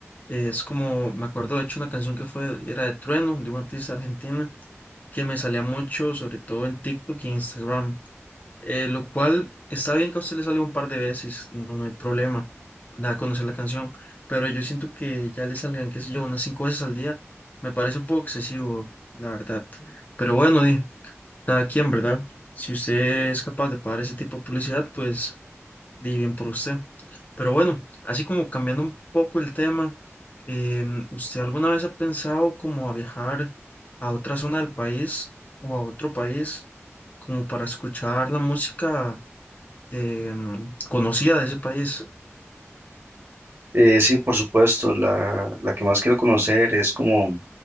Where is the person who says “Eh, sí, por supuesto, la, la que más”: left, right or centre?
Right